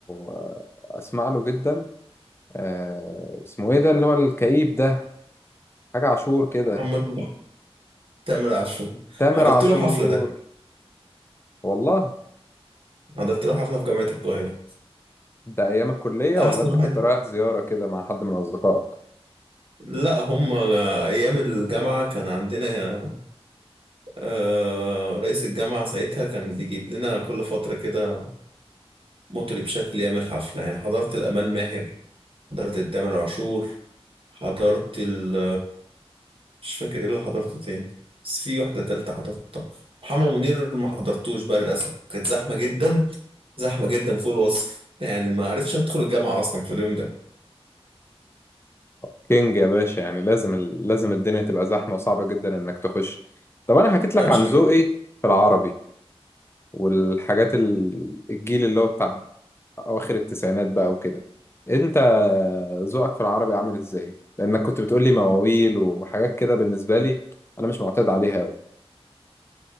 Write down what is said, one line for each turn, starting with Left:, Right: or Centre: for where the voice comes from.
Left: آه، اسمع له جدا آه اسمه ايه ده اللي هو الكئيب ده حاجة عاشور كده
Right: محمد محب تامر عاشور
Left: تامر
Right: حضرت
Left: عاشور
Right: له حفلة ده
Left: والله
Right: حضرت له حفلة في جامعة القاهرة
Left: ده أيام الكلية
Right: أحسن
Left: ولا أنت
Right: واحد
Left: كنت رايح زيارة كده مع حد من أصدقائك؟
Right: لا هم أيام الجامعة كان عندنا آه، رئيس الجامعة ساعتها كان بيجيب لنا كل فترة كده مطرب شكل يعمل حفلة يعني حضرت الأمال ماهر حضرت التامر عاشور حضرت ال مش فاكر ايه اللي حضرته تاني بس في واحدة تالتة حضرتها محمد منير ما حضرتوش بقى للأسف كانت زحمة جدا زحمة جدا فوق الوصف يعني ما عرفتش أدخل الجامعة أصلا في اليوم ده
Left: كينج يا باشا يعني لازم ال... لازم الدنيا تبقى زحمة وصعبة جدا إنك تخش طب أنا حكيت لك
Right: أنا مش
Left: عن ذوقي
Right: عارف.
Left: في العربي والحاجات ال... الجيل اللي هو بتاع أواخر التسعينات بقى وكده أنت ذوقك في العربي عامل إزاي؟ لأنك كنت بتقول لي مواويل وحاجات كده بالنسبة لي أنا مش معتاد عليها أوي